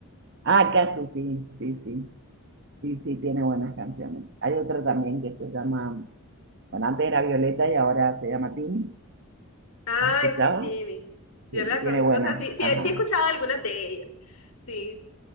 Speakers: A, on the right; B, on the left.
A: Ah, Casu, sí, sí, sí. Sí, sí, tiene buenas canciones. Hay otra
B: Sí.
A: también que se llama Bueno, antes era Violeta y ahora se llama Tini.
B: Ay,
A: ¿Has escuchado?
B: sí, Tini. Yo
A: Sí,
B: la con...
A: tiene buena.
B: No sé, sí, sí,
A: Ajá,
B: he sí he escuchado algunas de ellas. Sí.